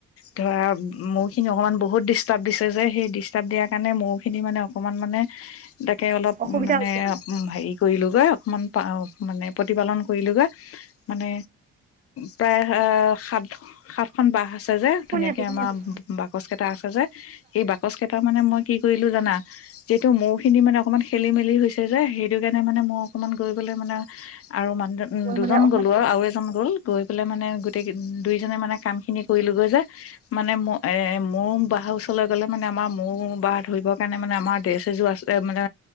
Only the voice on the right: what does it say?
অসুবিধা
হৈছে
শুনি
আছোঁ শুনি
আছোঁ
মানে অকণমান
অসুবিধা।